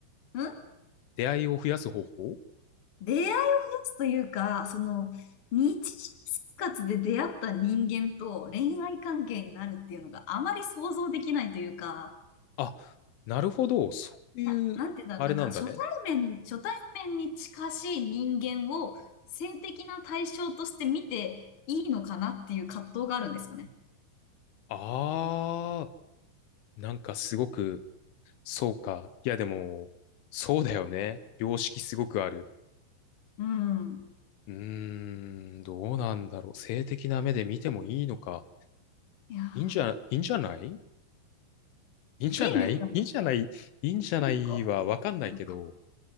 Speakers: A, on the left (about 35°); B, on the left (about 80°).
A: のん
B: 出会いを増やす方法
A: 出会いを増やすというか、その、日常生活で出会った人間と恋愛関係になるっていうのがあまり想像できないというか、
B: あ、なるほど。そういう、
A: な、なんて言うんだろう。
B: あれなんだね。
A: なんか初対面、初対面に近しい人間を性的な対象として見ていいのかなっていう葛藤があるんですよね。
B: ああ、なんかすごく、そうか。いや、でも、そうだよね。良識すごくある。
A: うん。
B: うーん、どうなんだろう。性的な目で見てもいいのか。
A: いや
B: いいんじゃ、いいんじゃないいいんじゃないいいんじゃないいいんじゃないはわかんないけど、
A: ー、いいんですかねいいのか。いいのか。